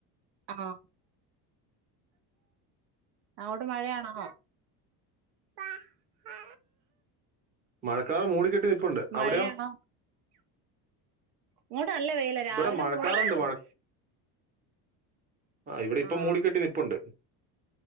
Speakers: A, on the right; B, on the right.
A: ആ അങ്ങോട്ട് മഴയാണോ? പ പ്പാ
B: മഴക്കാറ് മൂടിക്കെട്ടി നിപ്പുണ്ട്
A: മഴയാണോ
B: അവിടെയോ
A: ഇങ്ങോട്ട് നല്ല വെയിലാ രാവിലെ
B: ഇവിടെ മഴക്കാറുണ്ട്
A: മൂടലായിരുന്നു
B: ആഹ് ഇവിടെ ഇപ്പം
A: ആഹ്
B: മൂടിക്കെട്ടി നിപ്പുണ്ട്